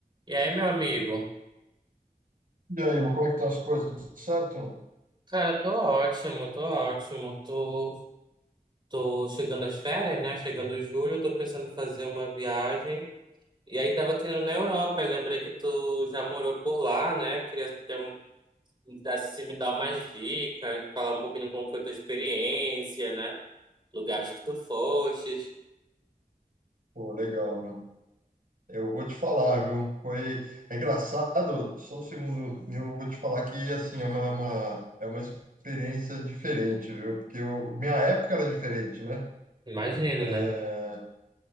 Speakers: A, on the right; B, on the right.
A: E aí, meu amigo?
B: E aí, meu, como é que estão as coisas? Tudo certo?
A: Cara, tô ótimo, tô ótimo. Tô, tô chegando às férias, né? Chegando em julho, tô pensando em fazer uma viagem. E aí, tava querendo na Europa. Eu lembrei que tu já morou por lá, né? Queria ter um, dar- se me dar umas dicas, falar um pouquinho como foi tua experiência, né? Lugares que tu fostes.
B: Pô, legal, meu. Eu vou te falar, viu? Foi... É engraçado, só um segundo. Eu vou te falar que, assim, é uma, uma- é uma experiência diferente, viu? Porque eu... minha época era diferente, né?
A: Imagino,
B: É...
A: né?